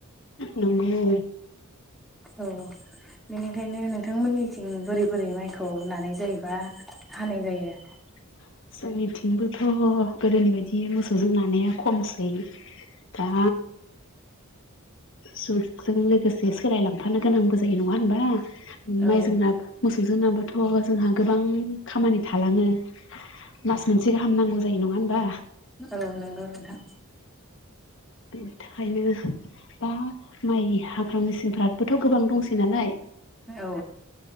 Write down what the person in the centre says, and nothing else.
औ। बेनिखायनो नोंथांमोननिथिं बोरै बोरै माइखौ नानाय जायोबा हानाय जायो?
औ
औ नंगौ नोंथां
औ